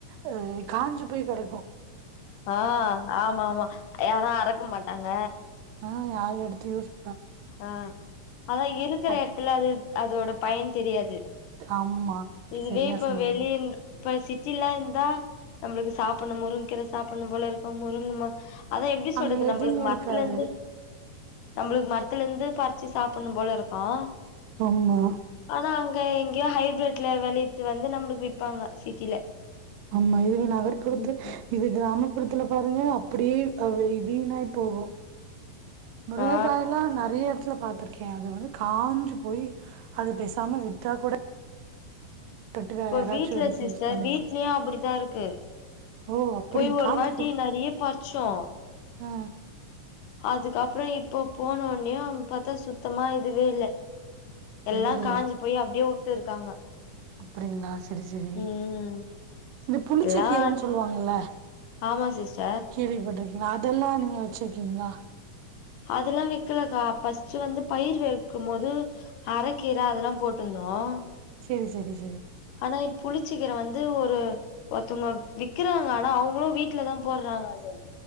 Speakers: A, on the right; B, on the left.
A: ஹ காஞ்சு போய் கெடக்கும்
B: ஆஹ் ஆமா ஆமா யாரே அரக் இருக்க மாட்டாங்க
A: ஆஹ் யாரு எடுத்து யுஸ்
B: ஆ அதான் இருக்கிற
A: அப்
B: இடத்துல அது அதோட ப் பயம் தெரியாது
A: ஆமா
B: இதுவே
A: சரியா
B: இப்ப
A: சொன்னீங்க
B: வெளிய இப்ப சித் சிலா இருந்தா நம்மளுக்கு சாப்பிடணும் முருங்கீரை சாப்பிடும் போல இருக்கும் முருங்குமா அதான் எப்டி
A: அங்க
B: சொல்றது
A: எதுவுமே
B: நம்பளுக்கு மத்துல
A: இருக்காது
B: இருந்து நம்மளுக்கு விட்டுஇருந்து பத் வச்சு சாப்பன்னு போல இருக்கும்
A: ஆமா
B: ஆனா அங்க எங்கயோ ஹைபட்ல வெளியட்டு வந்து நம்பளுக்கு விற்ப்பாங்க சிட்டில
A: ஆமா இதுவே நகர்ப்புறத்து
B: ம் ம்
A: இது கிராமத் அப்புடத்துல பாருங்க அப்படியே வீணாய் போகும் முருங்கைகாய்
B: ஆ
A: எல்லாம் நிறைய இடத்துல பா்த்திருக்கேன் அது வந்து காஞ்சு போய் அது பேசாம விட்டா கூட கட்டு வேற
B: இப்ப
A: யாராச்சும்
B: வீட்டுல
A: எடுத்து
B: சிஸ்டர்
A: யூஸ் பண்ணுவாங்க.
B: வீடலயும் அப்டித்தான் இருக்கு
A: ஓ! அப்படிங்
B: போய் ஒரு
A: காஞ்சு
B: வாட்டி
A: போய்
B: நெறைய பறிச்சோம்
A: ஆ
B: அதுக்கப்பறம் இப்போ போனோ லோயும் பத்தா சுத்தமா இதுவே இல்ல எல்லாம்
A: ஐயயோ!
B: காஞ்சி போய் அப்டியே வுட் விட்டு இருக்காங்க
A: அப்படிங்காள சோ சேரி சேரி
B: ம்
A: இந்த புளிச்ச
B: எல்லா
A: கீரைன்னு சொல்லுவாங்கல்ல
B: ஆமா சிஸ்டர்
A: கோள்விப்பட்ரி அதெல்லாம் நீங்க வச்சிருக்கீங்களா
B: அதெல்லாம் வேக்கலக்கா பஸ்ட்டு வந்துப் பயிர் வறுக்கும் போது அரைக்கீர அதெல்லாம் போட்டிருந்தோம்
A: சேரி சேரி
B: ஆனாப் புளிச்சக்கிற வந் ஒரு ஒருத்தவங்க விக்கிறாங்க ஆனா அவங்களும் வீட்டுலதான் போடுறாங்க அது